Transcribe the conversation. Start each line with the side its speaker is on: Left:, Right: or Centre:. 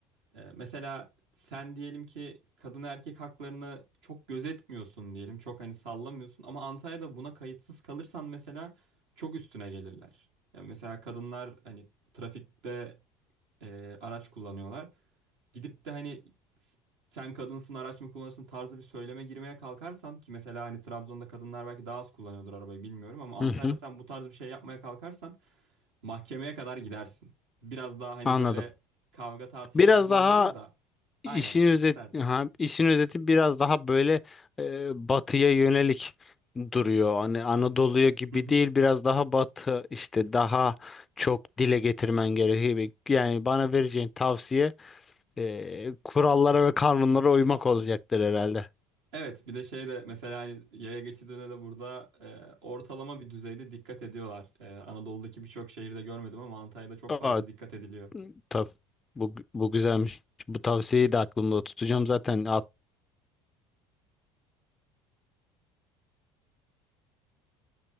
Right: E, mesela sen diyelim ki kadın erkek haklarını çok gözetmiyorsun diyelim. Çok hani sallamıyorsun ama Antalya'da buna kayıtsız kalırsan mesela çok üstüne gelirler. Yani mesela kadınlar hani trafikte e, araç kullanıyorlar. Gidip de hani s- sen kadınsın araç mı kullanırsın tarzı bir söyleme girmeye kalkarsan ki mesela hani Trabzon'da kadınlar belki daha az kullanıyordur arabayı bilmiyorum ama
Left: Hı
Right: Antalya'da
Left: hı,
Right: sen bu tarz bir şey yapmaya kalkarsan mahkemeye kadar gidersin. Biraz daha hani
Left: anladım.
Right: böyle kavga tartışma
Left: Biraz
Right: gibi
Left: daha
Right: olmuyor da aynen
Left: İşin özet,
Right: sert.
Left: ha, işin özeti biraz daha böyle e, batıya yönelik duruyor. Hani Anadolu'ya gibi
Right: Hı hı.
Left: değil, biraz daha batı işte daha çok dile getirmen gerekiyor. Yani bana vereceğin tavsiye e, kurallara ve kanunlara uymak olacaktır herhalde.
Right: Evet bir de şey de mesela hani yaya geçidine de burada e, ortalama bir düzeyde dikkat ediyorlar. E, Anadolu'daki birçok şehirde görmedim ama Antalya'da çok
Left: Aa,
Right: fazla dikkat ediliyor.
Left: tabii. Bu, bu güzelmiş. Bu tavsiyeyi de aklımda tutacağım. Zaten